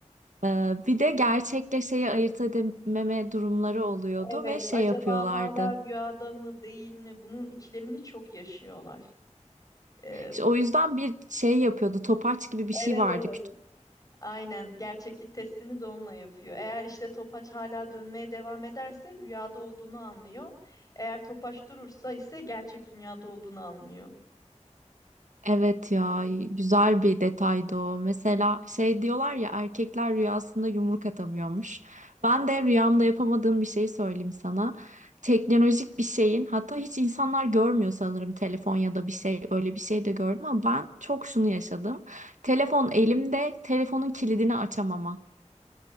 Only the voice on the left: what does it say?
evet,
acaba
hala rüyada mı değil mi? Bunun ikilemini çok yaşıyorlar. Ee,
evet
evet. Aynen, gerçeklik testini de onunla yapıyor. Eğer işte topaç hala dönmeye devam ederse rüyada olduğunu anlıyor. Eğer topaç durursa ise gerçek dünyada olduğunu anlıyor.